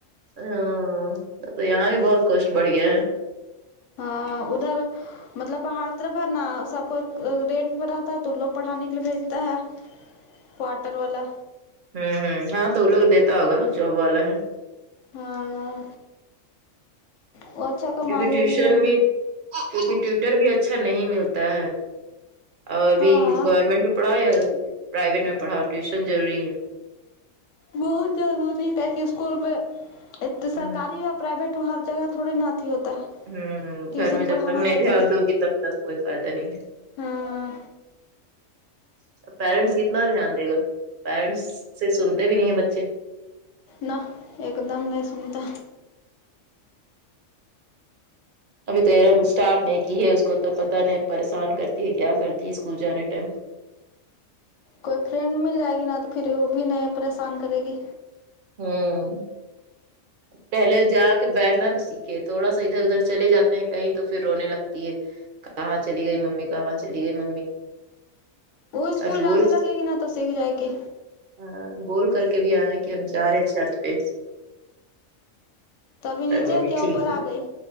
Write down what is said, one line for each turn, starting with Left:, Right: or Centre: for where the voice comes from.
Right: ہاں تو یہاں بھی بہت کوشٹ بڑھ گیا ہے
Left: ہاں ادھر مطلب پہاڑ طرف ہے نا سب کو رینٹ پہ رہتا ہے تو لوگ پڑھانے کے لیے بھیجتا ہے کواٹر والا
Right: ہوں ہوں ہاں تو وہ لوگ دیتا ہوگا جوب والا ہے
Left: ہاں وہ اچھا کما
Right: کیونکہ
Left: لے
Right: ٹیوشن
Left: رہی ہے
Right: بھی کیونکہ ٹیوٹر بھی اچھا نہیں ملتا اور ابھی
Left: ہاں
Right: گورنمنٹ میں پڑھاو یہ پرائیویٹ میں پڑاؤ ٹیوشن ضروری ہے
Left: بہت ضروری ہے کی کہ اسکول پہ ایک تو سرکاری
Right: ہ ہ
Left: پرائیویٹ ہو ہر جگہ تھوڑے نتیھی ہوتا ہے
Right: ہوں
Left: ٹیوشن
Right: گھر میں
Left: پڑھانا
Right: جب تک نہیں
Left: ضروری
Right: دھیان
Left: ہے
Right: دوں گی تب تک کوئی فائدہ نہیں ہے
Left: ہاں
Right: پیرنٹس کتنا دھیان دے گا پیرنٹس سے سنتے بھی نہیں ہے بچے
Left: نہ ایک دم نہیں سنتا
Right: ابھی تو ایرم اسٹارٹ نہیں کی ہے اس کو تو پتہ نہیں اب پریشان کرتی ہے کیا کرتی ہے اسکول جانے ٹائم
Left: کوئی فرینڈ مل جائے گی نا تو پھر وہ بھی نہیں پریشان کرے گی
Right: ہاں پہلے جا کے بیٹھنا تو سیکھے یک ہے تھوڑا سا ادھر ادھر چل جاتے ہیں کہیں تو پھر رونے لگتی ہے کہاں چلی گئی ممی کہاں چلی گئی ممی
Left: وہ اسکول
Right: ابھی بول
Left: جانے لگے گی نا تو سیکھ جائے گی
Right: ہاں بول کر کے بھی آئے کہ ہم جا رہے ہیں چھت پہ
Left: تبھی نیچے
Right: تب وہبھی
Left: کیا
Right: ٹھیک
Left: اوپر آ
Right: ہے
Left: گئی